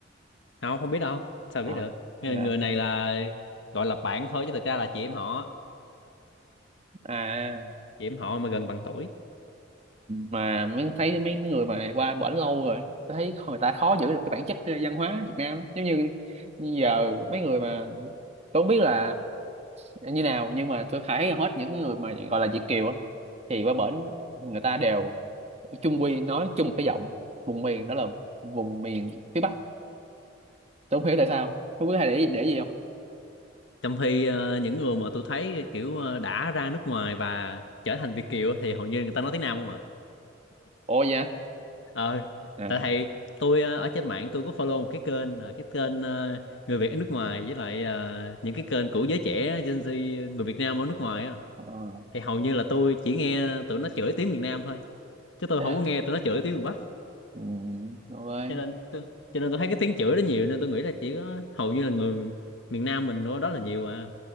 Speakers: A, on the left; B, on the right.
A: không không biết đâu sao
B: Ờ,
A: biết được
B: ok
A: người, người này là gọi là bạn thôi chứ thực ra là chị em họ
B: à
A: chị em họ mà gần bằng tuổi
B: mà mới thấy mấy mấy người mà qua bển lâu rồi tôi thấy người ta khó giữ được cái bản chất ờ, văn hóa Việt Nam lắm giống như giờ mấy người mà tôi không biết là như nào nhưng mà tôi thấy hầu hết những người mà gọi là Việt kiều á thì qua bển người ta đều chung quy nói chung một cái giọng vùng miền đó là vùng miền phía Bắc tôi không hiểu tại sao không biết hay để để gì không
A: trong khi ờ, những người mà tôi thấy kiểu ờ, đã ra nước ngoài và trở thành Việt kiều thì hầu như người ta nói tiếng Nam không à
B: ồ dạ
A: ờ
B: à,
A: tại thầy tôi ờ, ở trên mạng tôi có follow một cái kênh là cái kênh ờ, người Việt ở nước ngoài với lại ờ, những cái kênh của giới trẻ Gen Z ờ, người Việt Nam ở nước ngoài á
B: ờ.
A: thì hầu như là tôi chỉ nghe tụi nó chửi tiếng miền Nam thôi chứ tôi
B: <sighs>
A: không có nghe tụi nó chửi tiếng miền Bắc
B: Ừ, đúng rồi
A: cho nên tôi cho nên tôi thấy cái tiếng chửi đó nhiều nên tôi nghĩ là chỉ có hầu như là người miền Nam mình đó, đó là nhiều à